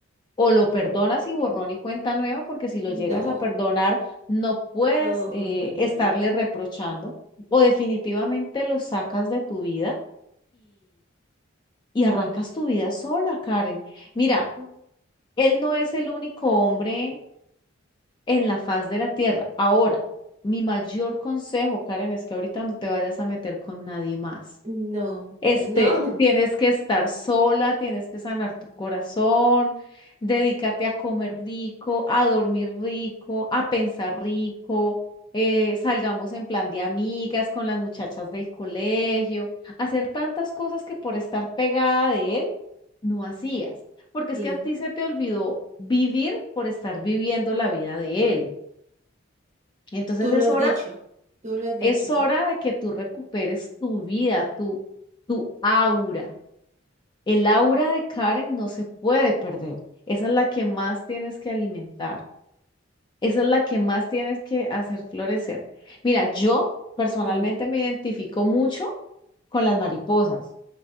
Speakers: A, on the left; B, on the right.
A: O lo perdonas y borrón y cuenta nueva, porque si lo
B: No,
A: llegas a perdonar, no puedes
B: no, no,
A: eh,
B: no.
A: estarle reprochando. O definitivamente lo sacas de tu vida y arrancas tu vida sola, Karen. Mira,
B: No,
A: él no es el único hombre en la faz de la tierra. Ahora, mi mayor consejo, Karen, es que ahorita no te vayas a meter con nadie más.
B: Mm. no,
A: Este,
B: no.
A: tienes
B: <laughs>
A: que estar sola, tienes que sanar tu corazón, dedícate a comer rico, a dormir rico, a pensar rico, eh, salgamos en plan de amigas con las muchachas del colegio, hacer tantas cosas que por estar pegada de él no hacías, porque es
B: Sí.
A: que a ti se te olvidó vivir por estar viviendo la vida de él. Entonces
B: Tú
A: es
B: lo has
A: hora,
B: dicho, tú lo has dicho.
A: es hora de que tú recuperes tu vida, tu, tu aura. El aura de Karen no se puede perder. Esa es la que más tienes que alimentar. Esa es la que más tienes que hacer florecer. Mira, yo personalmente
B: Sí,
A: me identifico mucho con las mariposas